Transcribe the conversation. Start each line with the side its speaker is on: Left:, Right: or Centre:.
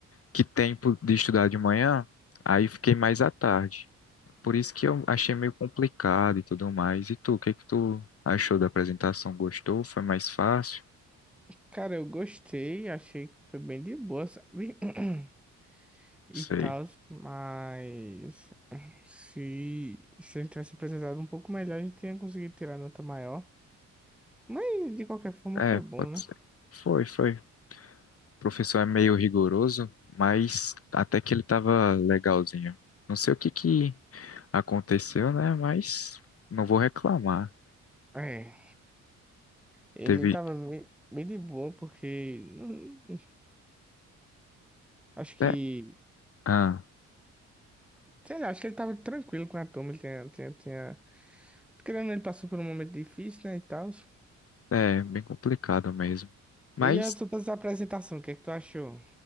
Left: que tempo de estudar de manhã, aí fiquei mais à tarde. Por isso que eu achei meio complicado e tudo mais. E tu, o que que tu achou da apresentação? Gostou? Foi mais fácil?
Centre: Cara, eu gostei, achei que foi bem de boa, sabe? <clears throat>
Left: Sei.
Centre: E tal, mas se, se ele tivesse apresentado um pouco melhor, a gente tinha conseguido tirar nota maior. Mas de qualquer forma
Left: É,
Centre: foi bom,
Left: pode
Centre: né?
Left: ser. Foi, foi. O professor é meio rigoroso, mas até que ele tava legalzinho. Não sei o que que aconteceu, né? Mas não vou reclamar.
Centre: É, ele
Left: Teve.
Centre: tava bem, bem de boa, porque hum, acho que.
Left: É, ah,
Centre: Sei lá, acho que ele tava tranquilo com a turma, ele tinha, tinha, tinha... Querendo, ou não, ele passou por um momento difícil, né, e tal.
Left: é bem complicado mesmo. Mas
Centre: E as outras apresentações, o que é que tu achou?